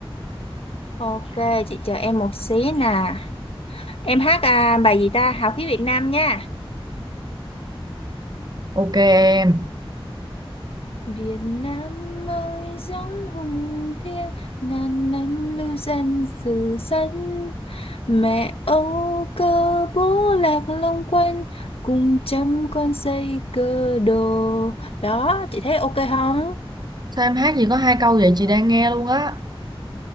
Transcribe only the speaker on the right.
Ok em.
Sao em hát gì có hai câu vậy chị đang nghe luôn á.